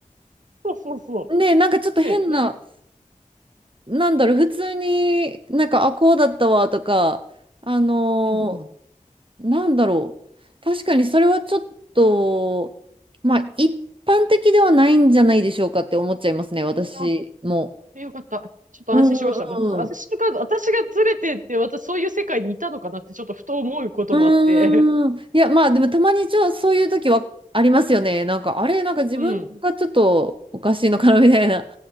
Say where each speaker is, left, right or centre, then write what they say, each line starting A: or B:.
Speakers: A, on the right; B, on the right.
A: そうそうそ
B: ね、なんかちょっと変な、
A: う。ね、な、
B: なんだろう、普通になんか、あ、こうだったわとか、あの
A: うんうん。
B: なんだろう。確かにそれはちょっと、まあ一般的ではないんじゃないでしょうかって思っちゃいますね、私も。
A: あ、よかった。ちょっと安心しました。
B: うんう
A: もう、私とか、
B: んうん。
A: 私がずれてって、私そういう世界にいたのかなって、ちょっとふと思うこともあって。
B: うーん。いや、まあでもたまにちょ、そういう時はありますよね。なんか、あれ、なんか自分がちょっとおかしいのかなみたいな。
A: <laughs> うん。